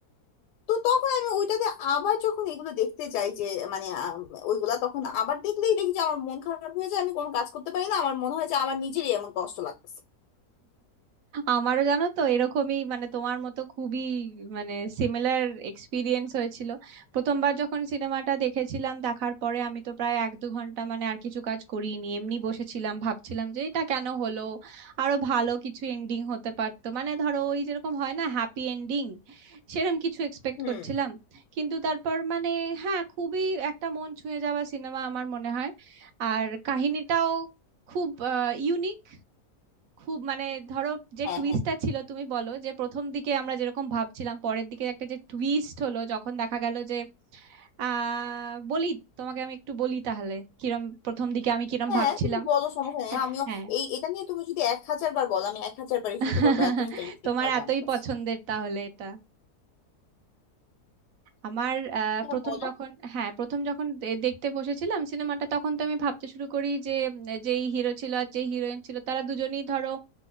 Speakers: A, on the left (about 85°); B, on the right (about 65°).
A: তো তখন আমি ওইটাতে আবার যখন এগুলো দেখতে যাই যে মানে আম, ওইগুলা তখন আবার দেখলেই দেখি যে আমার মন খারাপ হয়ে যায় আমি কোনো কাজ করতে পারি না আমার মনে হয় যে আমার নিজেরই এমন কষ্ট লাগতেছে
B: আমারও জানো তো এরকমই মানে তোমার মতো খুবই মানে সিমিলার এক্সপিরিয়েন্স হয়েছিল প্রথমবার যখন সিনেমাটা দেখেছিলাম দেখার পরে আমি তো প্রায় এক দু ঘন্টা মানে আর কিছু কাজ করিনি এমনি বসেছিলাম ভাবছিলাম যে এটা কেন হলো আরো ভালো কিছু এন্ডিং হতে পারতো মানে ধরো ওই যেরকম হয় না হ্যাপি এন্ডিং সেরকম কিছু এক্সপেক্ট
A: হুম
B: করছিলাম কিন্তু তারপর মানে হ্যাঁ খুবই একটা মন ছুঁয়ে যাওয়া সিনেমা আমার মনে হয় আর কাহিনীটাও খুব ইউনিক খুব মানে ধরো যে
A: হ্যাঁ
B: টুইস্টটা
A: হ্যাঁ
B: ছিল তুমি বলো যে প্রথম দিকে আমরা যেরকম ভাবছিলাম পরের দিকে একটা যে টুইস্ট হলো যখন দেখা গেল যে আহ বলি তোমাকে আমি একটু বলি তাহলে কিরম প্রথম দিকে আমি কিরম
A: হ্যাঁ
B: ভাবছিলাম
A: তুমি বলো সমস্যা নেই আমিও
B: হ্যাঁ
A: এই এটা নিয়ে তুমি যদি এক হাজার বার বলো আমি এক হাজার বারই
B: <laughs>
A: শুনতে পারবো এত ইন্টারেস্টিং
B: তোমার
A: লাগে
B: এতই
A: আমার কাছে
B: পছন্দের তাহলে এটা আমার আহ,
A: হ্যাঁ
B: প্রথম
A: বলো
B: যখন হ্যাঁ প্রথম যখন দে- দেখতে বসেছিলাম সিনেমাটা তখন তো আমি ভাবতে শুরু করি যে উম, যেই হিরো ছিল আর যেই হিরোইন ছিল তারা দুজনেই ধরো